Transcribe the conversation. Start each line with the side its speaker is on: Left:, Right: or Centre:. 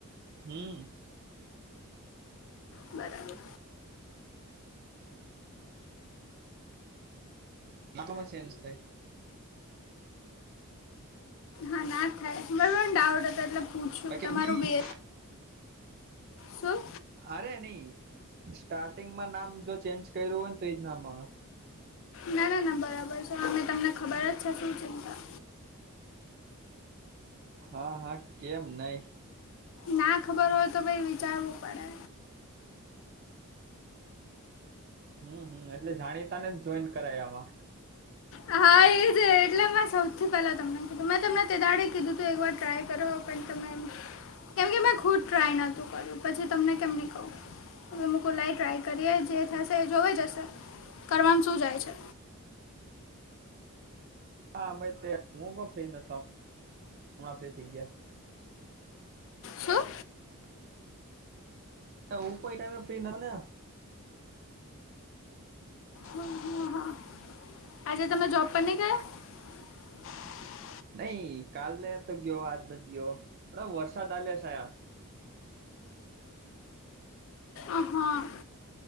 Right: હમ્મ.
Left: બરાબર.
Right: <unintelligible> ચેન્જ થાય.
Left: હા ના થાય. બરોબર ડાઉટ હતો એટલે પૂછ્યું
Right: બાકી
Left: તમારું બે શું?
Right: અરે નહીં. સ્ટાર્ટિંગમાં નામ જો ચેન્જ કર્યું હોય ને તો ઈજ નામ આવે.
Left: ના-ના-ના બરાબર છે. અમે તમને ખબર જ છે શું ચિંતા.
Right: હા, હા કેમ નહીં.
Left: ના ખબર હોય તો ભઈ વિચારવું પડે.
Right: હમ્મ-હમ્મ. એટલે જાણીતા ને જ જોઈન કરાય આવા.
Left: હા એજ એટલે મે સૌથી પેલા તમને કીધું. મેં તમને તે દાડે કીધું તું એક વાર ટ્રાય કરો. પણ તમે એમ કેમ કે મે ખુદ ટ્રાય નોતું કર્યું, પછી તમને કેમની કહું. હવે મે કુ લાઈ ટ્રાય કરીએ, જે થશે એ જોવાઈ જશે. કરવામાં શું જાય છે!
Right: હા <unintelligible> હું પણ ફ્રી નતો, હમણાં ફ્રી થઈ ગયા.
Left: શું
Right: ને <inaudible>
Left: હા આજે તમે જોબ પર નહીં ગયાં? <inaudible>
Right: નહી કાલ ન તો ગયો આજ નથી ગયો પણ વરસાદ આલ સાયા
Left: અહા